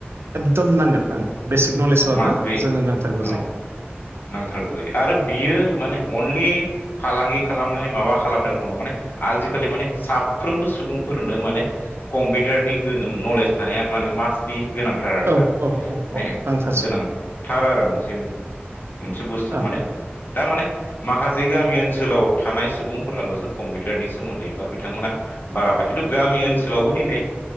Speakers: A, on the right; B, on the left.
A: एकदम नांगोन आं बेसिक नलेजबाबो
B: मा बे
A: जोंनो नांथारगौ
B: औ
A: जायो।
B: नांथारगौ जायो आरो बियो माने अनलि फालांगि खालामनाय माबा खालामनाय नङा माने आजिखालि माने साफ्रोमबो सुबुंफोरनो माने कम्पिउटारनि गो नलेज थानाया माने मास बि गोनांथार आरोना
A: ओं
B: माने
A: औ औ औ नांथारसिगौ
B: गोनांथार आरो मोनसे मोनसे बुस्थु
A: ओं
B: माने दामाने माखासे गामि ओनसोलाव थानाय सुबुंफोराल'सो कम्पिउटारनि सोमोन्दै बा बिथांमोना बाराबा खिन्थु गामि ओनसोलावबो दिनै